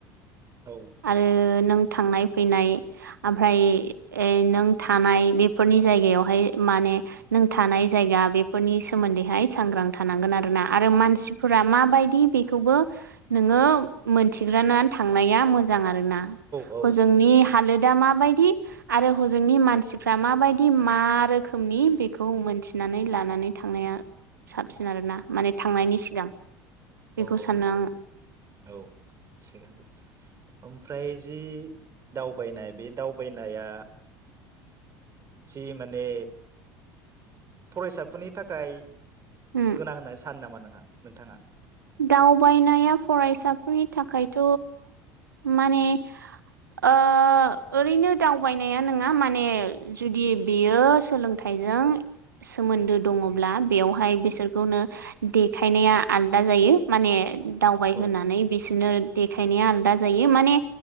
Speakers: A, on the right; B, on the right.
A: औ
B: आरो नों थांनाय फैनाय ओमफ्राय नों थानाय बेफोरनि जायगायावहाय माने नों थानाय जायगा बेफोरनि सो सोमोन्दैहाय सांग्रां थानांगोन आरोना आरो मानसिफोरा मा बायदि बेखौबो नोंङो मोनथिग्रोना थांनाया मोजां आ रो ना
A: औ
B: हजोंनि हालोदा मा बाय दि आरो हजोंनि मानसिफ्रा मा बायदि मा रोखोमनि बेखौ मोनथिनानै लानानै थांनाया साबसिन आरोना। माने थांनायनि सिगां बेखौ
A: औ औ औ
B: सानो
A: नंगौ
B: आङो
A: औ थिगानो ओम फ्राय जि दावबायनाय बे दावबायनाया जि माने फरायसाफोरनि थाखाय
B: उम
A: गोनां होननानै सानो नामा नोंं। नोंथाङा।
B: दावबायनाया फरायसाफोरनि थाखायथ माने ओ ओरैनो दावबायनाया नङा माने जुदि बेयो सोलोंथाइजों सोमोन्दो दङब्ला बेवहाय बिसोरखौनो देखायनाया आल दा जायो माने दावबाय
A: औ
B: होननानै बिसोर बिदिनो देखायनाया आलदा जायो माने